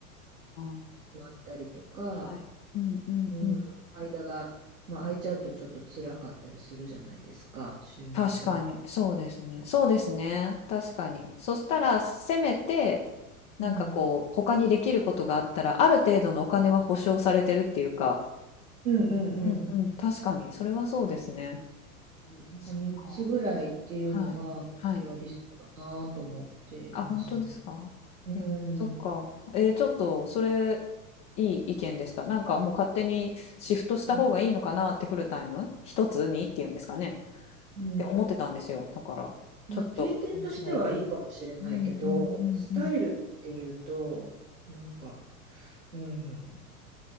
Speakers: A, on the left; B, on the right.
A: あ。
B: しまったりとか、
A: はい。うんうんうん。
B: うん、間が、まあ、空いちゃうとちょっと辛かったりするじゃないですか、収入止まって。
A: 確かに、そうですね。そうですね、確かに。そしたら、せめて、なんかこう、
B: うん
A: 他にできることがあったら、ある程度のお金は保証されてるっていうか
B: うんうんうん。
A: うんうん、確かに、それはそうですね。
B: うんなんか3つぐらいっていうのが私は理想だなと思っていますね。
A: そっか。はい。はい。あ、本当ですかえ、
B: う
A: そっか。
B: ん。う
A: えーちょっと、それ、いい意見でした。なんかもう勝手にシフトした方がいいのかなって、
B: ん
A: フルタイム一つにっていうんですかね。
B: うん
A: って思ってたんですよ。だから、
B: いや、
A: ちょっと面白い意見。
B: 経験としてはいいかもしれないけど、
A: うんうんうんうん。
B: スタイルっていうと、なんか、うん、